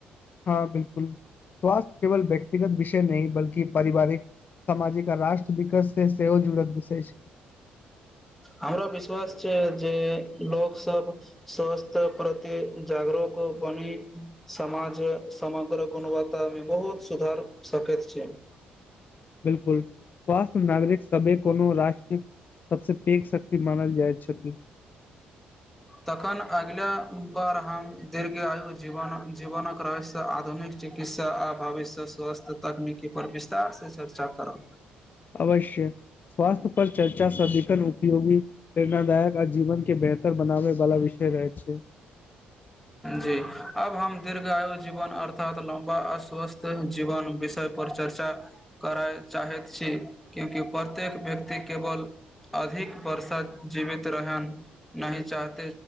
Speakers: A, on the left (about 45°); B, in the centre.
A: हँ बिल्कुल स्वास्थ्य केवल व्यक्तिगत विषय नहि बल्कि पारिवारिक सामाजिक आ राष्ट्र विकस से सेहो जुड़त विषय छै
B: हमरा विश्वास छै जे लोक सब स्वास्थ प्रतिक जागरूक बनी समाज समग्र गुणवत्ता मे बहुत सुधार सकैत छैक
A: बिल्कुल स्वास्थ नागरिक सबै कोनो राष्ट्र सबसँ एक शक्ति मानल जाइत छथि
B: तखन अगिला बार हम दीर्घ आयु जीवनक रह्य आधुनिक चिकित्सा आ भविष्य स्वस्थ तकनीकी पर विस्तार से चर्चा करो
A: अवश्य स्वास्थ्य पर चर्चा सदीखन उपयोगी प्रेरणादायक आ जीवन के बेहतर बनाबै बाला विषय रहैत छैक
B: जी अब हम दीर्घायु जीवन अर्थात लम्बा अस्वस्थ जीवन विषय पर चर्चा करय चाहैत छी क्यूकि प्रत्येक व्यक्ति केवल अधिक वर्षा जीवित रहैन नहि चाहत